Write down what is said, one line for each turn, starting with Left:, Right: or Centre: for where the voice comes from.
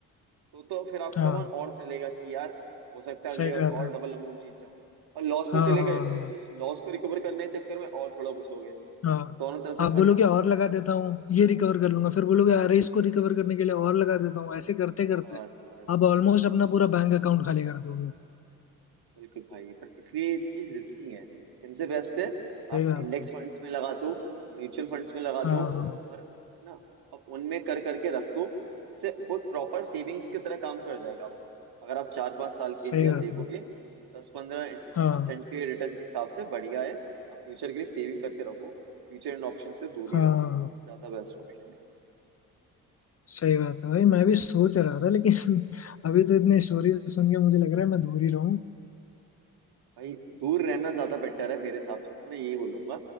Right: तो तो फिर आपका
Left: हाँ
Right: मन और चलेगा कि यार हो सकता है अगली
Left: सही
Right: बार
Left: बात
Right: और
Left: है
Right: डबल अमाउंट जीत जाऊं और लॉस
Left: हाँ
Right: में चले
Left: हाँ
Right: गए
Left: हाँ
Right: तो उस लॉस को रिकवर करने के चक्कर में और थोड़ा घुसोगे तो
Left: हाँ
Right: दोनों तरफ से
Left: आप
Right: घाटा
Left: बोलोगे
Right: है
Left: और लगा देता हूँ ये रिकवर कर लूंगा फिर बोलोगे अरे इसको रिकवर करने के लिए और लगा देता हूँ ऐसे करते करते
Right: बस बस
Left: आप ऑलमोस्ट अपना पूरा बैंक अकाउंट खाली कर दोगे
Right: बिल्कुल भाई पर इसलिए ये चीज रिस्की है इनसे बेस्ट है
Left: सही
Right: आप
Left: बात
Right: इंडेक्स
Left: है
Right: फंड्स में लगा दो म्यूचुअल फंड्स में लगा
Left: हाँ
Right: दो
Left: हाँ
Right: और है ना आप उनमें कर करके रख दो इससे वो प्रॉपर सेविंग्स की तरह काम कर जाएगा आपका अगर आप चार पांच साल के
Left: सही
Right: लिए आप
Left: बात
Right: देखोगे
Left: है
Right: तो दस पंद्रह
Left: हाँ
Right: परसेंट के रिटर्न के हिसाब से बढ़िया है आप फ्यूचर के लिए सेविंग करके रहो ये फ्यूचर इन ऑप्शन से दूर
Left: हाँ
Right: ही रहो ज्यादा बेस्ट ऑप्शन है
Left: सही बात है भाई मैं भी सोच रहा था लेकिन <laughs> अभी तो इतनी स्टोरी सुन के मुझे लग रहा है मैं दूर ही रहूँ
Right: भाई दूर रहना ज्यादा बेटर है मेरे हिसाब से तो मैं यही बोलूंगा